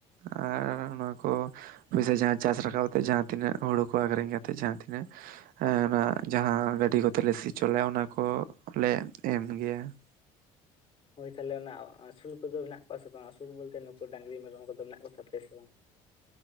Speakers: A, on the right; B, on the left.
A: ᱟᱨ ᱚᱱᱟ ᱠᱚ ᱯᱚᱭᱥᱟ ᱡᱟᱦᱟᱸ ᱪᱟᱥ ᱨᱟᱠᱟᱵ ᱠᱟᱛᱮ ᱡᱟᱦᱟᱸ ᱛᱤᱱᱟᱹᱜ ᱦᱩᱲᱩ ᱠᱚ ᱟᱠᱷᱨᱤᱧ ᱠᱟᱛᱮ ᱡᱟᱦᱟᱸ ᱛᱤᱱᱟᱹᱜ ᱦᱮᱸ ᱚᱱᱟ ᱡᱟᱦᱟᱸ ᱜᱟᱹᱰᱤ ᱠᱚ ᱛᱮᱞᱮ ᱥᱤ ᱦᱚᱪᱚᱞᱮᱜ ᱟ ᱚᱱᱟ ᱠᱚ ᱞᱮ ᱮᱢ ᱜᱮᱭᱟ ᱾
B: ᱦᱳᱭ ᱛᱟᱦᱚᱞᱮ ᱚᱱᱟ ᱟᱹᱥᱩᱞ ᱠᱚᱫᱚ ᱢᱮᱱᱟᱜ ᱠᱚᱣᱟ ᱥᱮ ᱵᱟᱝ ᱟᱹᱥᱩᱞ ᱵᱚᱞᱛᱮ ᱱᱩᱠᱩ ᱰᱟᱺᱝᱨᱤ ᱢᱮᱨᱚᱢ ᱠᱚᱫᱚ ᱢᱮᱱᱟᱜ ᱠᱚ ᱛᱟᱯᱮᱭᱟ ᱥᱮ ᱵᱟᱝ?